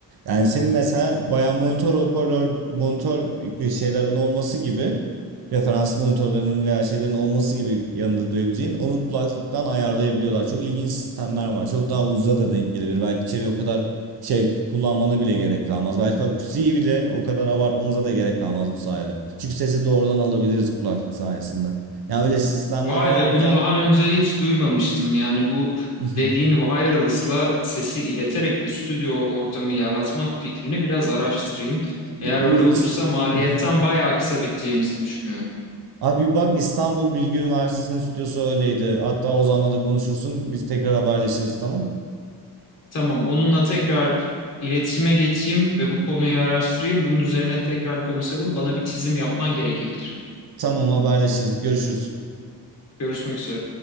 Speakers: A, on the right (about 70°); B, on the left (about 45°).
A: Yani senin mesela bayağı monitör hoparlör, monitör bir şeylerin olması gibi referans monitörlerinin veya şeylerin olması gibi yanında duyabileceğin onu kulaklıktan ayarlayabiliyorlar. Çok ilginç sistemler var. Çok daha ucuza da denk gelebilir. Belki içeriye o kadar şey kullanmana bile gerek kalmaz. Belki akustiği bile o kadar abartmanıza da gerek kalmaz bu sayede. Çünkü sesi doğrudan alabiliriz kulaklık sayesinde. Yani öyle sistemler
B: Vay
A: varken
B: be bunu daha önce hiç duymamıştım. Yani bu
A: <laughs>
B: dediğin wireless'la sesi ileterek bir stüdyo ortamı yaratma fikrini biraz araştırayım. Eğer
A: bu
B: öyle
A: is-
B: olursa maliyetten
A: <laughs>
B: bayağı kısabileceğimizi düşünüyorum.
A: Abi bak İstanbul Bilgi Üniversitesi'nin stüdyosu öyleydi. Hatta Ozan'la da konuşursun. Biz tekrar haberleşiriz tamam.
B: Tamam, onunla tekrar iletişime geçeyim ve bu konuyu araştırayım. Bunun üzerine tekrar konuşalım. Bana bir çizim yapman gerekebilir.
A: Tamam haberleşiriz. Görüşürüz.
B: Görüşmek üzere.